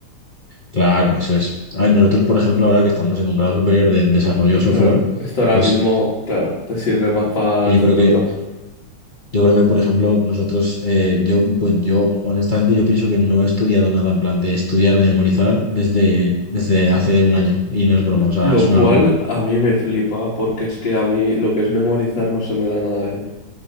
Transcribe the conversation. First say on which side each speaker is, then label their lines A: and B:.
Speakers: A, on the left; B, on the left.
A: Claro, eso es. A ver, nosotros, por ejemplo, ahora que estamos en un grado superior de desarrollo software,
B: Claro, esto ahora
A: pues
B: mismo, claro, te sirve más para
A: que
B: el
A: yo
B: futuro.
A: creo que, yo creo que, por ejemplo, nosotros, eh, yo, bueno, yo honestamente yo pienso que no he estudiado nada en plan de estudiar, de memorizar desde, desde hace un año. Y no es broma, o
B: Lo
A: sea, es
B: cual
A: una locura.
B: a mí me flipa porque es que a mí lo que es memorizar no se me da nada bien.